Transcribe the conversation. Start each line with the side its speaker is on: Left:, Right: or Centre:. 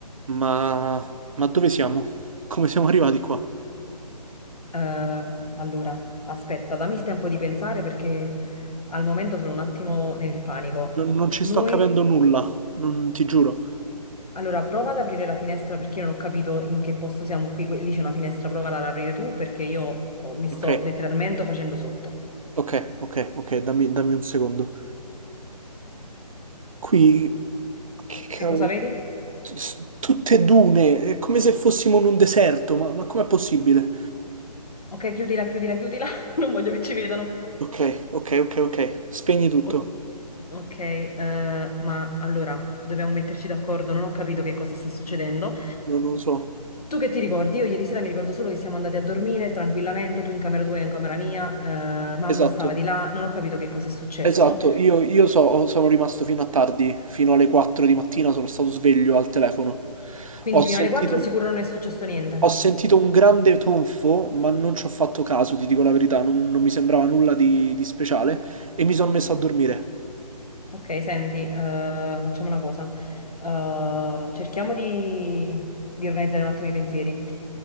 Right: Ma... ma dove siamo? Come siamo arrivati qua?
Left: Eh, allora, aspetta, dammi il tempo di pensare perché al momento sono un attimo nel panico.
Right: Non, non ci
Left: Noi,
Right: sto capendo nulla, non ti giuro.
Left: allora, prova ad aprire la finestra perché io non ho capito in che posto siamo qui. Que- Lì c'è una finestra, prova ad aprire tu perché io ho- mi sto
Right: Ok,
Left: letteralmente facendo sotto.
Right: ok, ok, ok, dammi, dammi un secondo. Qui, che
Left: Che
Right: cavolo,
Left: cosa vedi?
Right: S- tutte dune, è come se fossimo in un deserto, ma, ma com'è possibile?
Left: Ok, chiudila, chiudila, chiudila. <laughs> Non voglio che ci vedano.
Right: Ok, ok, ok, ok, spegni tutto.
Left: O- ok, eh, ma allora, dobbiamo metterci d'accordo. Non ho capito che cosa sta succedendo.
Right: No, Non lo so.
Left: Tu che ti ricordi? Io ieri sera mi ricordo solo che siamo andati a dormire tranquillamente, tu in camera tua e io in camera mia, eh, mamma
Right: Esatto,
Left: stava di là, non ho capito che cosa è successo,
Right: esatto, io, io so, sono rimasto fino a tardi, fino alle 4 di mattina sono stato sveglio al telefono.
Left: quindi
Right: Ho
Left: fino
Right: sentito...
Left: alle 4 sicuro non è successo niente.
Right: Ho sentito un grande tonfo, ma non ci ho fatto caso, ti dico la verità, non, non mi sembrava nulla di, di speciale e mi sono messo a dormire.
Left: Ok, senti, eh, facciamo una cosa, Eh, cerchiamo di, di organizzare un attimo i pensieri.